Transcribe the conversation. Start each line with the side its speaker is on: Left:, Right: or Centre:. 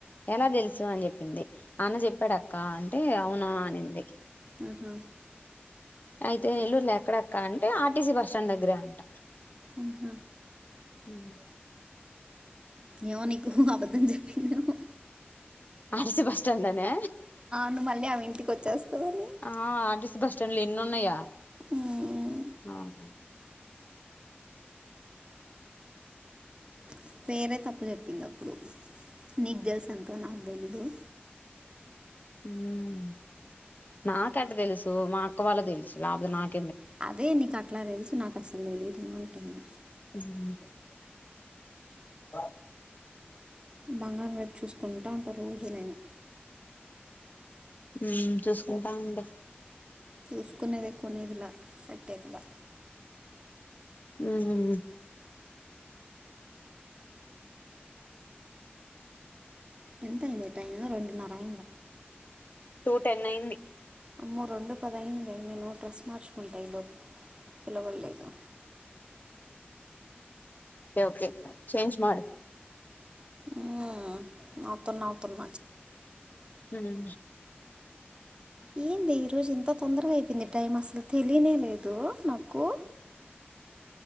Left: ఎలా తెలుసు అని చెప్పింది. అన్న చెప్పాడక్క అంటే అవునా అనింది.
Right: ఆహా
Left: అయితే నెల్లూరులో ఎక్కడక్కా అంటే ఆర్టీసీ బస్ స్టాండ్ దగ్గరే అంట.
Right: అహా
Left: హుహ్
Right: ఏమో నీకు అబద్దం చెప్పింది ఏమో.
Left: ఆర్టీసీ బస్టాండ్ అనా
Right: నువ్వు మళ్ళీ ఆమె ఇంటికి వచ్చేస్తావని
Left: ఆ ఆర్టీసి బస్ స్టాండ్లు ఎన్ని ఉన్నయా.
Right: మ్మ్,
Left: ఆహా
Right: అ పేరే తప్పు చెప్పింది అప్పుడు. నీకు తెలుసాంక నాకు తెలీదు.
Left: హ్ నాకెట్ట తెలుసు మా అక్క వాళ్ళకు తెలుసు లాకపోతే నాకు
Right: అదే నీకు అట్లా తెలుసు నాకు అస్సలు తెలీదు అంటున్నా.
Left: హ్ స
Right: బంగారు రేట్ చూసుకుంటా ఉంటా రోజు నేను.
Left: ఉ చూసుకుంటా ఉండు.
Right: చూసుకునేది కొనేదిలా, పెట్టేదిలా
Left: ఉహ్
Right: ఎంత అయింది టైం రెండున్నర అయి
Left: టూ టెన్ అయింది.
Right: అమ్మో రెండు పదయిందే నేను డ్రెస్ మార్చుకుంటా ఈ లోపు. పిలవ లేదు.
Left: ఒకే ఒకే చేంజ్ మాడు.
Right: ఊ అవుతున్నా అవుతున్న
Left: ఉహు
Right: ఏంది ఈ రోజు ఎంత తొందరగా అయిపోయింది టైం అసలు తెలియనే లేదు నాకు